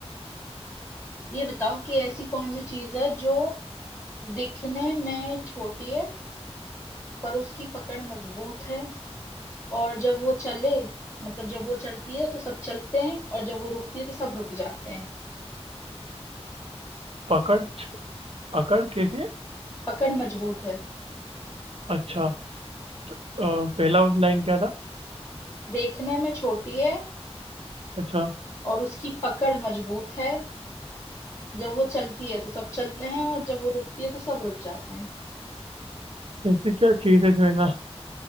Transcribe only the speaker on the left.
ये बताओ कि ऐसी कौन सी चीज है जो दिखने में छोटी है पर उसकी पकड़ मजबूत है और जब वो चले मतलब जब वो चलती है तो सब चलते हैं और जब वो रुकती है तो सब रुक जाते हैं
पकड़ मजबूत है
देखने में छोटी है
और उसकी पकड़ मजबूत है जब वो चलती है तो सब चलते हैं और जब वो रुकती है तो सब रुक जाते हैं